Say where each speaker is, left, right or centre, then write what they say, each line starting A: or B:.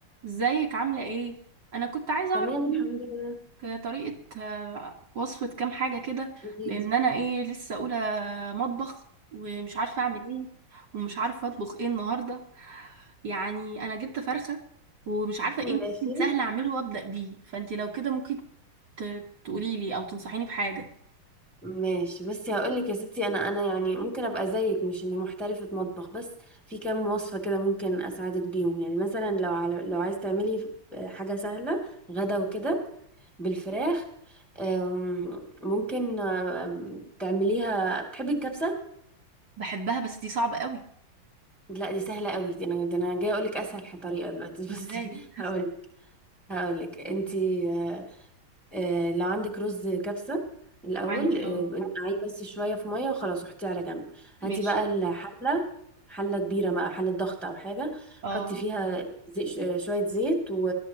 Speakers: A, on the right; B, in the centre.
A: ازيك عاملة ايه؟ انا كنت عايزة
B: تمام
A: اعرف منك
B: الحمد لله
A: طريقة آه، وصفة كام حاجة كده
B: قوليلي.
A: لان انا ايه لسه اولى آه، مطبخ ومش عارفة اعمل ايه ومش عارفة اطبخ ايه النهاردة يعني انا جبت فرخة ومش عارفة
B: ماشي
A: ايه ممكن سهل اعمله وابدأ بيه فانتي لو كده ممكن ت- تقوليلي او تنصحيني بحاجة
B: ماشي بس هقولك يا ستي انا انا يعني ممكن ابقى زيك مش اني محترفة مطبخ بس في كام وصفة كده ممكن اساعدك بيهم يعني مثلا لو على لو عايز تعملي حاجة سهلة غدا وكده بالفراخ أم، ممكن أم، تعمليها بتحبي الكبسة
A: بحبها بس دي صعبة قوي
B: لا دي سهلة قوي دي انا دي انا جايه اقولك اسهل طريقة دلوقتي <laughs>
A: ازاي؟
B: بس هقول هقولك انتي آه، آه، لو عندك رز كبسة الأول
A: عندي
B: آه،
A: اه
B: نقعيه بس شوية في مية وخلاص وحطيه على جنب هاتي
A: ماشي
B: بقى الحلة حلة كبيرة بقى حلة ضغط أو حاجة
A: اه
B: حطي فيها زي ش- آه، شوية زيت و...